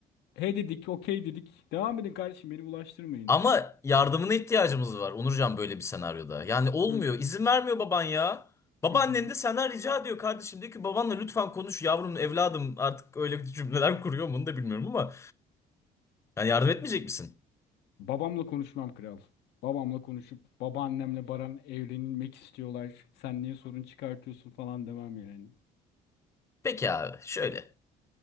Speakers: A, on the left (about 75°); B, on the left (about 15°).
A: He dedik, okey dedik. Devam edin kardeşim, beni bulaştırmayın.
B: Ama yardımına ihtiyacımız var Onurcan böyle bir senaryoda. Yani olmuyor.
A: Hı.
B: izin vermiyor baban ya. Babaannen
A: Hı hı.
B: de senden rica ediyor kardeşim. Diyor ki babanla lütfen konuş yavrum evladım. Artık öyle bir cümleler <laughs> kuruyor mu onu da bilmiyorum ama. Yani yardım etmeyecek misin?
A: Babamla konuşmam kral. Babamla konuşup babaannemle Baran evlenmek istiyorlar. Sen niye sorun çıkartıyorsun falan demem yani.
B: Peki abi şöyle.